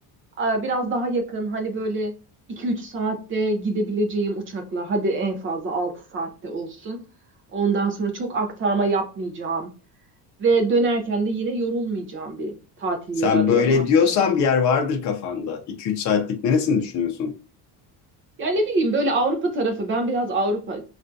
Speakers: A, on the right; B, on the left.
A: e, biraz daha yakın hani böyle iki üç saatte gidebileceğim uçakla hadi en fazla 6 saatte olsun. Ondan sonra çok aktarma yapmayacağım ve dönerken de yine yorulmayacağım bir tatil
B: Sen
A: yeri arıyorum
B: böyle
A: aslında.
B: diyorsan bir yer vardır kafanda. 2 üç saatlik neresini düşünüyorsun?
A: Yani ne bileyim böyle Avrupa tarafı ben biraz Avrupa